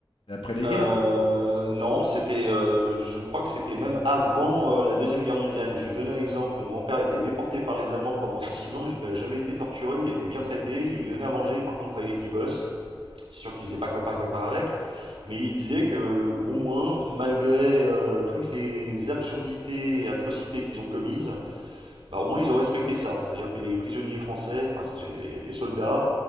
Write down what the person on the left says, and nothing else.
C'est après les
guerres.